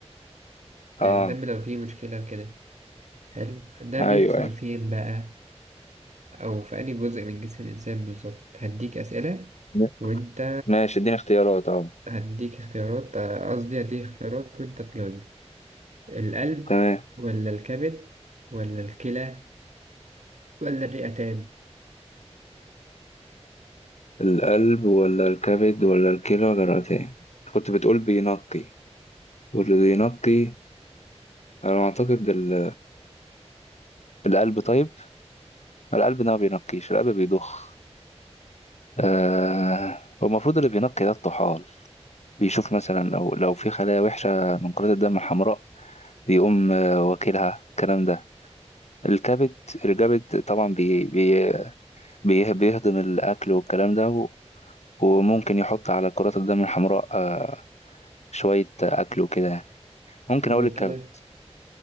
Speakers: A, on the left; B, on the right.
A: آه
B: يعني الدم لو فيه مشكلة كده حلو ده
A: أيوة
B: بيحصل
A: أيوة
B: فين بقى أو في أي جزء من جسم الإنسان بالظبط هديك أسئلة
A: م-
B: وأنت
A: ماشي اديني اختيارات أهو
B: هديك اختيارات آه، قصدي هديك اختيارات وانت تجاوب القلب
A: تمام
B: ولا الكبد ولا الكلى ولا الرئتان
A: القلب ولا الكبد ولا الكلى ولا الرئتين كنت بتقول بينقي واللي بينقي أنا أعتقد ال- القلب طيب القلب ده ما بينقيش القلب بيضخ آه هو المفروض اللي بينقي ده الطحال بيشوف مثلا لو لو في خلايا وحشة من كرات الدم الحمراء بيقوم آه، واكلها الكلام ده الكبد الكبد طبعا بي بي بيه- بيهضم الأكل والكلام ده و- وممكن يحط على كرات الدم الحمراء آه، شوية أكل وكده يعني ممكن
B: هو
A: أقول
B: الكلى
A: الكبد